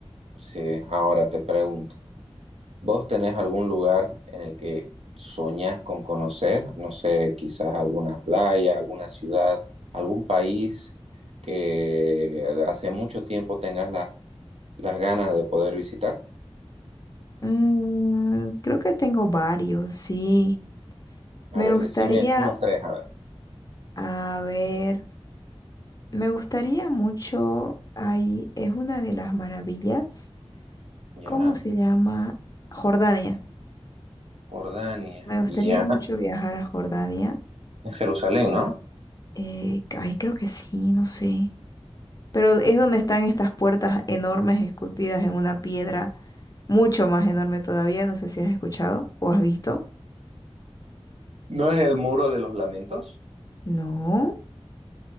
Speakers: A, on the right; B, on the left.
A: sí, ahora te pregunto, ¿vos tenés algún lugar en el que soñás con conocer? No sé, quizás alguna playa, alguna ciudad, algún país que hace mucho tiempo tengas las las ganas de poder visitar.
B: Mm, creo que tengo varios, sí. Me
A: A ver,
B: gustaría,
A: decime unos tres, a ver.
B: a ver, me gustaría mucho, ahí es una de las maravillas,
A: Ya,
B: ¿cómo se llama? Jordania.
A: Jordania,
B: Me gustaría
A: ya,
B: mucho viajar a Jordania.
A: en Jerusalén, ¿no?
B: Eh, ay, creo que sí, no sé. Pero es donde están estas puertas enormes esculpidas en una piedra mucho más enorme todavía. No sé si has escuchado o has visto.
A: ¿No es el muro de los lamentos?
B: No.